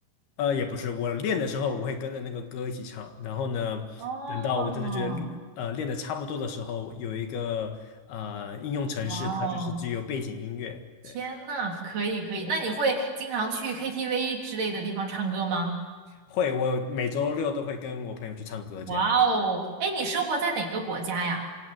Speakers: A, on the left; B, on the right.
A: 呃，也不是，我练的时候我会跟着那个歌一起唱，然后呢，
B: 哦，
A: 等到我真的觉得呃练的差不多的时候，有一个呃应用程式，
B: 哇哦！
A: 它就是只有背景音乐。对，
B: 天呐，可以可以，那你会经常去 KTV 之类的地方唱歌吗？
A: 会，我每周六都会跟我朋友去唱歌这样。
B: 哇哦，哎，你生活在哪个国家呀？